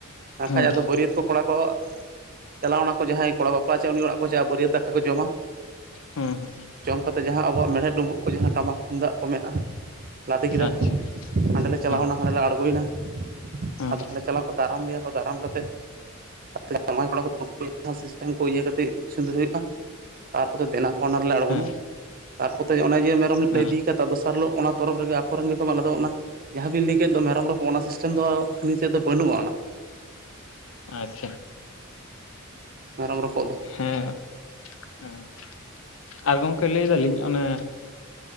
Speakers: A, on the right; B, on the left.
A: ᱵᱟᱠᱷᱟᱡ
B: ᱦᱩᱸ
A: ᱟᱫᱚ ᱵᱟᱹᱨᱭᱟᱹᱛ ᱠᱚ ᱠᱚᱲᱟ ᱠᱚᱼᱼ ᱪᱟᱞᱟᱣ ᱱᱟᱠᱚ ᱡᱟᱦᱟᱸᱭ ᱠᱚᱲᱟ ᱵᱟᱯᱞᱟᱜ ᱮ ᱪᱟᱜᱼᱟ ᱩᱱᱤ ᱚᱲᱟᱜ ᱠᱚ ᱪᱟᱜᱼᱟ ᱵᱟᱹᱨᱭᱟᱹᱛ ᱫᱟᱠᱟ ᱠᱚ ᱡᱚᱢᱟ᱾
B: ᱦᱮᱸ ᱦᱮᱸ ᱦᱮᱸ
A: ᱡᱚᱢ ᱠᱟᱛᱮ ᱡᱟᱦᱟᱸ ᱟᱵᱚᱣᱟᱜ ᱢᱮᱬᱦᱮᱫ ᱰᱩᱸᱵᱩᱜ ᱠᱚ ᱡᱟᱦᱟᱸ ᱴᱟᱢᱟᱠ ᱛᱩᱢᱫᱟᱜ ᱠᱚ ᱢᱮᱱᱟᱜᱼᱟ ᱞᱟᱫᱮ ᱠᱮᱫᱟᱞᱮ
B: ᱟᱪᱪᱷᱟ
A: ᱦᱟᱸᱰᱮ ᱞᱮ ᱪᱟᱞᱟᱣᱱᱟ
B: ᱦᱮᱸ
A: ᱦᱟᱸᱰᱮ ᱞᱮ ᱟᱬᱜᱚᱭᱮᱱᱟ
B: ᱦᱮᱸ
A: ᱟᱫᱚ ᱦᱟᱸᱰᱮ ᱪᱟᱞᱟᱣ ᱠᱚ ᱫᱟᱨᱟᱢ ᱞᱮᱭᱟ ᱠᱚ ᱫᱟᱨᱟᱢ ᱠᱟᱛᱮᱜᱼᱼ ᱛᱮ ᱡᱟᱶᱟᱭ ᱠᱚᱲᱟ ᱠᱚ <inaudible> ᱥᱤᱥᱴᱮᱢ ᱠᱚ ᱤᱭᱟᱹ ᱠᱟᱛᱮ ᱤᱛᱩᱫ ᱥᱤᱸᱫᱩᱨ ᱦᱩᱭᱩᱜᱼᱟ ᱛᱟᱨᱯᱚᱨᱮ ᱫᱮᱱᱟᱼᱼ ᱚᱱᱟ ᱨᱮᱞᱮ ᱟᱬᱜᱚᱱᱟ
B: ᱦᱮᱸ
A: ᱛᱟᱨᱯᱚᱛᱮ ᱚᱱᱮ ᱡᱮ ᱢᱮᱨᱚᱢ ᱞᱮ
B: ᱦᱮᱸ
A: ᱤᱫᱤᱠᱟᱫᱟ ᱫᱚᱥᱟᱨ ᱦᱤᱞᱳᱜ ᱚᱱᱟ ᱛᱚᱨᱚᱯᱷ ᱨᱮᱜᱮ ᱟᱠᱚᱨᱮᱱᱼᱼ ᱟᱫᱚ ᱚᱱᱟ ᱡᱟᱦᱟᱸ ᱵᱤᱱ ᱞᱟᱹᱭ ᱠᱮᱫ ᱫᱚ ᱢᱮᱨᱚᱢ ᱨᱚᱯᱚᱫᱽ ᱚᱱᱟ ᱥᱤᱥᱴᱮᱢ ᱫᱚ ᱱᱤᱛᱟᱹᱜ ᱫᱚ ᱵᱟᱹᱱᱩᱜᱼᱟ ᱚᱱᱟᱼᱼ
B: ᱟᱪᱪᱷᱟ᱾
A: ᱢᱮᱨᱚᱢ ᱨᱚᱯᱚᱜ ᱫᱚ
B: ᱦᱮᱸ ᱦᱮᱸ ᱟᱨ ᱜᱚᱝᱠᱮ ᱞᱟᱹᱭ ᱫᱟᱹᱞᱤᱧ ᱚᱱᱮᱼᱼ